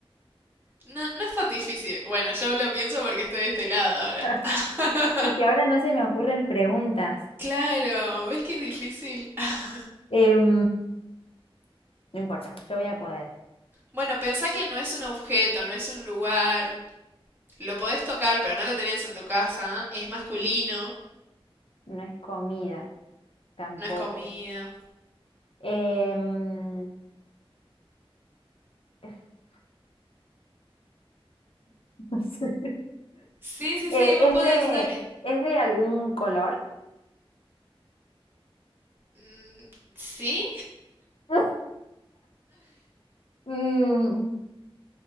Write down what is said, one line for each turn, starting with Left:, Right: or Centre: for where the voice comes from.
Right: No, no es tan difícil. Bueno, yo lo pienso porque estoy de este lado ahora.
Left: <laughs>
Right: <laughs>
Left: Es que ahora no se me ocurren preguntas.
Right: Claro, ¿ves que es difícil? <laughs>
Left: Em, no importa, yo voy a poder.
Right: Bueno, pensá que no es un objeto, no es un lugar. Lo podés tocar, pero no lo tenés en tu casa. Es masculino,
Left: No es comida tampoco.
Right: no es comida.
Left: Em, <laughs> no sé.
Right: Sí, sí,
Left: Eh,
Right: sí, vos
Left: ¿es
Right: podés,
Left: de,
Right: dale.
Left: es de algún color?
Right: Mm, ¿Sí?
Left: <laughs> Mm.